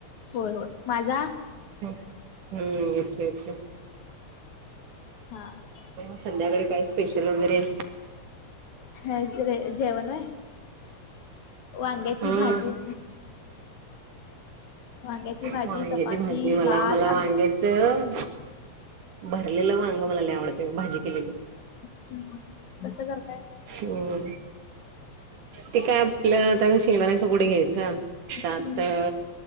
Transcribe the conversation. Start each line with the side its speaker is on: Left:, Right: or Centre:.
Left: होय होय माझा?
Right: हम्म येतोय येतोय.
Left: हां
Right: संध्याकाळी काय स्पेशल वगैरे.
Left: काहीच नाही जेवण होय वांग्याची
Right: हम्म.
Left: भाजी वांग्याची भाजी,
Right: वांग्याची
Left: चपाती,
Right: भाजी मला
Left: भात,
Right: मला वांग्या
Left: आमटी.
Right: चं भरलेल वांग मला लय आवडतय भाजी केलेली.
Left: हम्म कस करताय?
Right: अ ते काय आपलं आता शेंगदाण्याच कुट घ्यायच त्यात
Left: हम्म
Right: अ